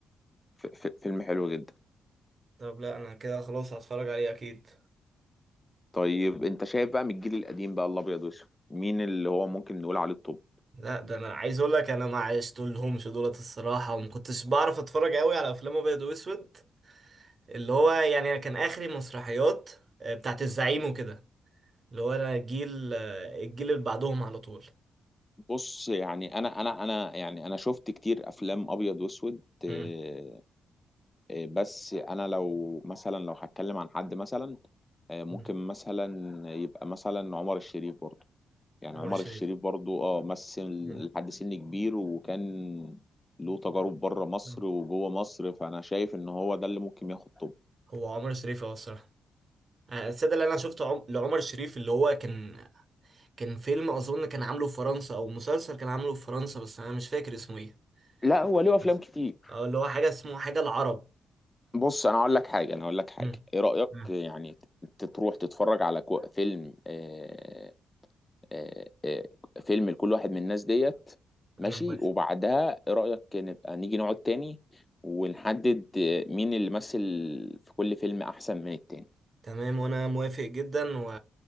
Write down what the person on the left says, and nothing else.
ف- ف- فيلم حلو جدا
طيب انت شايف بقى من الجيل القديم بقى الابيض واسود مين اللي هو ممكن نقول عليه الطب
بص يعني انا انا انا يعني انا شفت كتير افلام ابيض واسود آه،
آه، بس انا لو مثلا لو هتكلم عن حد مثلا آه، ممكن
مثلا يبقى مثلا عمر الشريف برضه يعني
عمر
الشريف برضه اه مثل
لحد سن كبير وكان له تجارب بره مصر
وجوه مصر فانا شايف ان هو ده اللي ممكن ياخد طب
لا هو له افلام
كتير
بص انا اقول لك حاجه انا اقول لك حاجه
ايه رايك
يعني ت- تروح تتفرج على كو- فيلم آه، آه، آه، فيلم لكل واحد من الناس ديت ماشي
وبعدها ايه رايك نبقى نيجي نقعد تاني ونحدد آه، مين اللي مثل في كل فيلم احسن من التاني